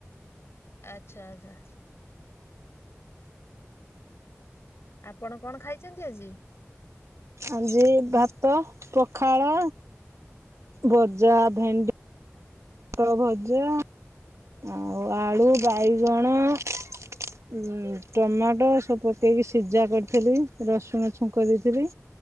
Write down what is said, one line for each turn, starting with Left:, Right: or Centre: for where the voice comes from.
Left: ଆଚ୍ଛା ଆଚ୍ଛା। ଆପଣ କଣ ଖାଇଛନ୍ତି ଆଜି?
Right: ଆଜି ଭାତ, ପଖାଳ ଭଜା, ଭେଣ୍ଡି ପୋଟଳ ଭଜା ଆଉ ଆଳୁ, ବାଇଗଣ ଉଁ ଟମାଟୋ ସବୁ ପକେଇକି ସିଝା କରିଥିଲି ରସୁଣ ଛୁଙ୍କ ଦେଇଥିଲି।